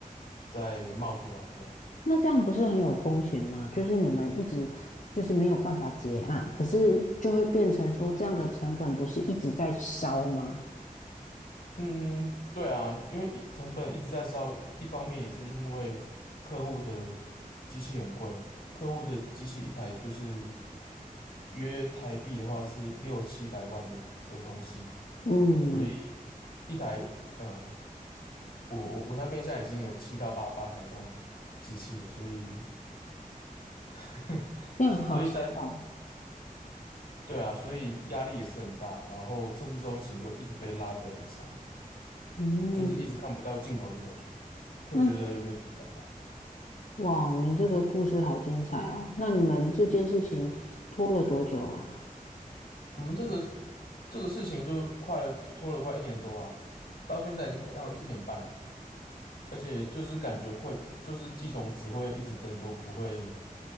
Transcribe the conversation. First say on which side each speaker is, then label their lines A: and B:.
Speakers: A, on the left (about 85°); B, on the left (about 55°).
A: 在冒出来这样子。
B: 那这样不是很有风险吗？就是你们一直就是没有办法结案，可是就会变成说这样的成本不是一直在烧吗？
A: 嗯，对啊，因为一成本一直在烧，一方面也是因为客户的机器很贵，客户的机器一台就是约台币的话是六七百万的的东西，
B: 嗯，
A: 所以一台呃我我我那边现在已经有七到八八台这种机器了，所以 <laughs>
B: 那样好奇怪。
A: 所以在对啊，所以压力也是很大，然后测试周期又一直被拉得很长，
B: 嗯，
A: 就是一直看不到尽头的感觉，会觉得有点烦了。
B: 那哇，你这个故事好精彩哦！那你们这件事情拖了多久啦？
A: 我们这个这个事情就快了拖了快一年多啊，到现在已经要一年半了吧，而且就是感觉会就是机种只会一直增多，不会